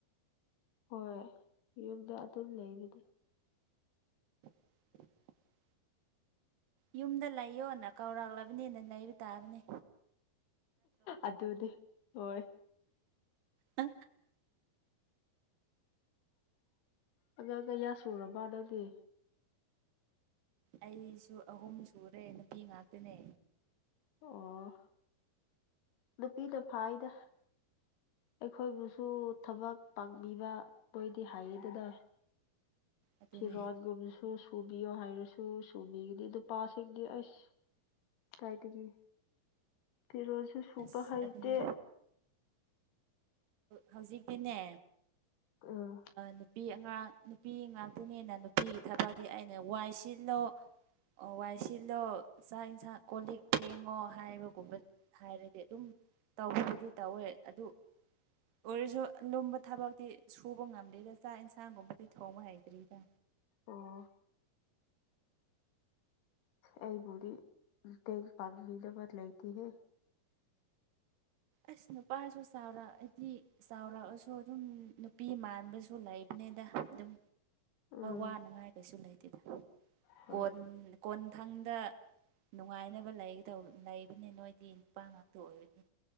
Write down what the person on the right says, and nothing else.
<unintelligible> <inaudible> ꯌꯨꯝꯗ ꯂꯩꯌꯣꯅ ꯀꯧꯔꯛꯂꯕꯅꯤꯅ ꯂꯩꯕ ꯇꯥꯕꯅꯦ
ꯑ
ꯑꯩꯁꯨ ꯑꯍꯨꯝ ꯁꯨꯔꯦ ꯅꯨꯄꯤ ꯉꯥꯛꯇꯅꯦ
ꯑꯗꯨꯅꯦ
ꯑꯁ
ꯑꯗꯨꯅꯦ ꯍꯧꯖꯤꯛꯇꯤꯅꯦ
ꯅꯨꯄꯤ ꯑꯉꯥꯡ ꯅꯨꯄꯤ ꯑꯗꯨꯅꯤꯅ ꯅꯨꯄꯤꯒꯤ ꯊꯕꯛꯇꯤ ꯑꯩꯅ ꯋꯥꯏ ꯁꯤꯠꯂꯣ ꯋꯥꯏ ꯁꯤꯜꯂꯣ ꯆꯥꯛ ꯌꯦꯟꯁꯥꯡ ꯀꯣꯜ ꯂꯤꯛ ꯐꯦꯡꯉꯣ ꯍꯥꯏꯕꯒꯨꯝꯕ ꯍꯥꯏꯔꯗꯤ ꯑꯗꯨꯝ ꯇꯧꯕꯕꯨꯗꯤ ꯇꯧꯋꯦ ꯑꯗꯨ ꯑꯣꯏꯔꯁꯨ ꯂꯨꯝꯕ ꯊꯕꯛꯇꯤ ꯁꯨꯕ ꯉꯝꯗ꯭ꯔꯤꯗ ꯆꯥꯛ ꯌꯦꯟꯁꯥꯡꯒꯨꯝꯕꯗꯤ ꯊꯣꯡꯧꯕ ꯍꯩꯇ꯭ꯔꯤꯗ
ꯑꯁ ꯅꯨꯄꯥꯁꯨ ꯆꯥꯎꯔꯛꯑꯗꯤ ꯆꯥꯎꯔꯛꯑꯁꯨ ꯑꯗꯨꯝ ꯅꯨꯄꯤ ꯃꯥꯟꯕꯁꯨ ꯂꯩꯕꯅꯤ ꯅꯦꯗ ꯑꯗꯨꯝ
ꯋꯥꯅꯉꯥꯏ ꯀꯩꯁꯨ ꯂꯩꯇꯦꯗ
ꯀꯣꯟ ꯀꯣꯟ ꯃꯊꯪꯗ ꯅꯨꯡꯉꯥꯏꯅꯕ ꯂꯩꯗ ꯂꯩꯕꯅꯤ ꯅꯣꯏꯗꯤ ꯅꯨꯄꯥ ꯉꯥꯛꯇ ꯑꯣꯏꯕꯅꯤ